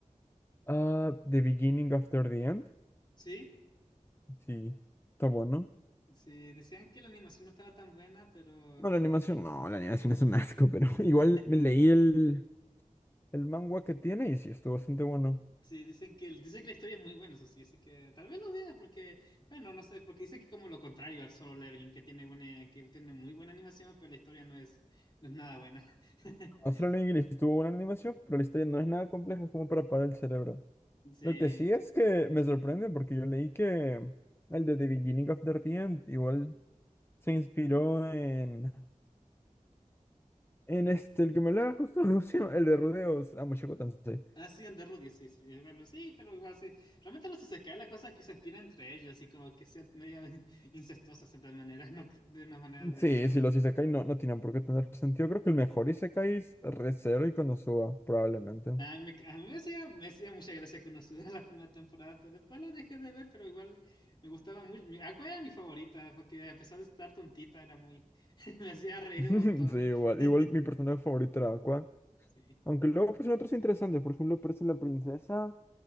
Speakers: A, on the left (about 20°); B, on the left (about 35°).
A: ah, The Beginning After the End.
B: Sí,
A: Sí, está bueno.
B: sí, decían que la animación no estaba tan buena, pero...
A: No, la animación, no, la animación es un asco, pero <laughs> igual
B: <laughs>
A: me leí el, el manga que tiene y sí, estuvo bastante bueno.
B: Sí, dicen que, el- dicen que la historia es muy buena, eso sí, así que tal vez lo veas porque, bueno, no sé, porque dicen que es como lo contrario al Solo Leveling, que tiene buena, que tiene muy buena animación, pero la historia no es, no es nada buena. <laughs>
A: Astral English tuvo buena animación, pero la historia no es nada compleja, es como para parar el cerebro.
B: Sí.
A: Lo que sí es que me sorprende porque yo leí que el de The Beginning of the End igual se inspiró en, en este, el que me hablaba justo, <laughs> ¿cómo se llama? el de Rudeos, Mushoku Tensei.
B: Ah, sí, en Rudy, sí, sí, eh, bueno, sí, pero igual sí. Realmente los cae la cosa es que se inspiran entre ellos y como que sean medio <laughs> in- incestuosas de tal manera, no, de una manera de
A: Sí,
B: decirlo.
A: sí, los Isekai no, no tienen por qué tener sentido. Creo que el mejor Isekai es Re:Zero y Konosuba, probablemente.
B: A
A: <laughs>
B: mí, a mí me hacía, me hacía mucha gracia que uno suda la primera temporada, pero después lo dejé de ver, pero igual me gustaba mucho. Mi- Aqua era mi favorita, porque a pesar de estar tontita, era muy... <laughs> me hacía reír
A: Sí,
B: un montón.
A: igual,
B: <laughs>
A: igual mi personaje favorito era Aqua.
B: Sí,
A: Aunque luego aparecen otros interesantes, por ejemplo, aparece la princesa.